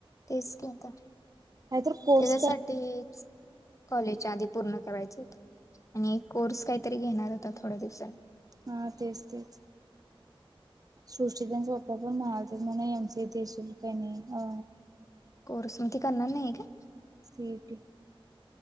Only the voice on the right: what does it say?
काहीतरी कोर्स कर
हा तेच तेच सृष्टी तेंच पप्पा पण म्हणालतीत म्हण एम सी ए देशील काय नई. अ
सीईटी